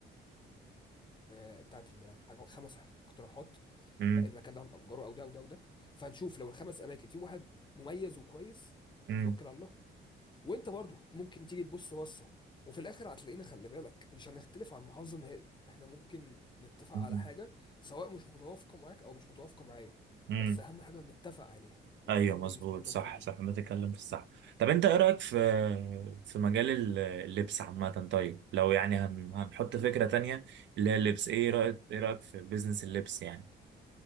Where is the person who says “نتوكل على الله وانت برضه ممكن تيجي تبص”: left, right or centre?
Left